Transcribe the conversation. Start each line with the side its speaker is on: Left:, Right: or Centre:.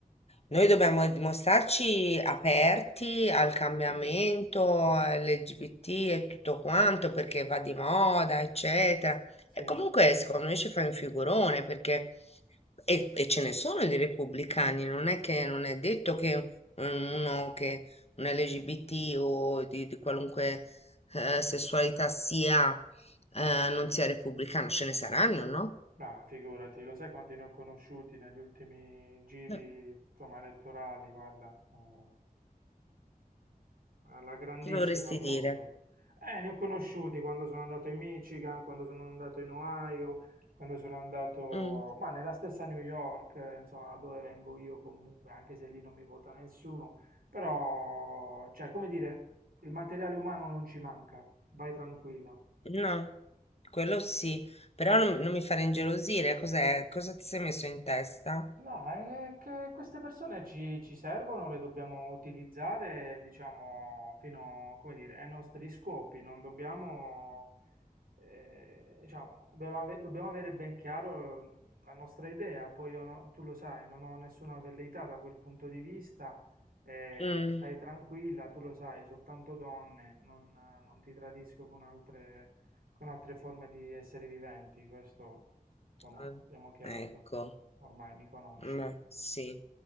Left: Noi dobbiamo mostrarci aperti al cambiamento,
Right: Vero. Sì,
Left: LGBT e tutto quanto, perché va di moda, eccetera.
Right: sì.
Left: E comunque, secondo me, ci fai un figurone, perché... E, e ce ne sono di repubblicani, non è che non è detto che un- uno che un LGBT o di, di qualunque eh, sessualità sia, eh, non sia repubblicano, ce ne saranno, no?
Right: Bah, figurati, lo sai quanti ne ho conosciuti negli ultimi giri,
Left: Eh,
Right: insomma, elettorali, guarda, ehm alla grandissima
Left: Cosa vorresti
Right: proprio.
Left: dire?
Right: Eh, ne ho conosciuti quando sono andato in Michigan, quando sono andato in Ohio, quando sono andato,
Left: Mm,
Right: ma nella stessa New York, eh, insomma, da dove vengo io comunque, anche se lì non mi vota nessuno, però, cioè, come dire, il materiale umano non ci manca, vai tranquilla.
Left: no. Quello sì, però non, non mi fare ingelosire, cos'è? Cosa ti sei messo in testa?
Right: No, è che queste persone ci, ci servono, le dobbiamo utilizzare, diciamo, fino, come dire, ai nostri scopi, non dobbiamo, eh, diciamo, dobbiamo, ave- dobbiamo avere ben chiaro mm, la nostra idea, poi io no- tu lo sai, non ho nessuna velleità da quel punto di vista, eh,
Left: Mm,
Right: stai tranquilla, tu lo sai, soltanto donne, non, non ti tradisco con altre, con altre forme di esseri viventi, questo, insomma,
Left: eh,
Right: abbiamo chiarito.
Left: Ecco,
Right: Ormai mi conosci.
Left: ma sì,